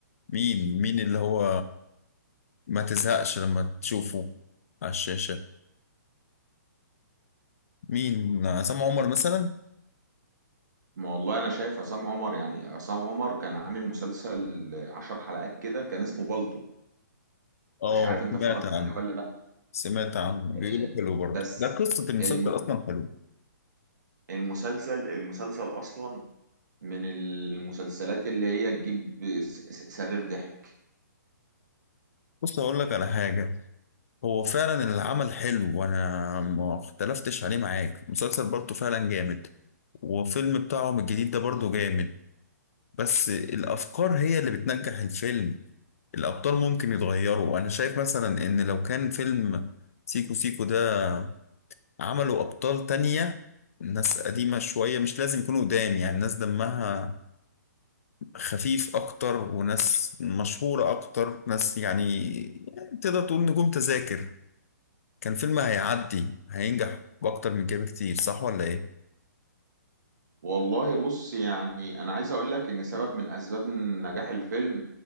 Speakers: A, on the left; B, on the right.
A: مين مين اللي هو ما تزهقش لما تشوفه على الشاشة مين عصام عمر مثلا
B: ما والله انا شايف عصام عمر يعني عصام عمر كان عامل مسلسل عشر حلقات كده كان اسمه بالطو
A: اه
B: مش عارف انت
A: سمعت
B: اتفرجت
A: عنه
B: عليه ولا لا
A: سمعت عنه بيقولوا
B: آه،
A: حلو برضه
B: بس
A: ده قصة المسلسل
B: الم...
A: أصلا حلو
B: المسلسل المسلسل اصلا من المسلسلات اللي هي تجيب س- س- صريخ ضحك
A: بص أقول لك على حاجة هو فعلا العمل حلو وأنا ما اختلفتش عليه معاك المسلسل برضه فعلا جامد وفيلم بتاعهم الجديد ده برضه جامد بس الأفكار هي اللي بتنجح الفيلم الأبطال ممكن يتغيروا أنا شايف مثلا إن لو كان فيلم سيكو سيكو ده عملوا أبطال تانية ناس قديمة شوية مش لازم يكونوا قدام يعني ناس دمها خفيف اكتر وناس مشهورة اكتر ناس يعني يعني تقدر تقول نجوم تذاكر كان فيلم هيعدي هينجح باكتر من كده بكتير صح ولا ايه؟
B: والله بص يعني انا عايز اقول لك ان سبب من اسباب نجاح الفيلم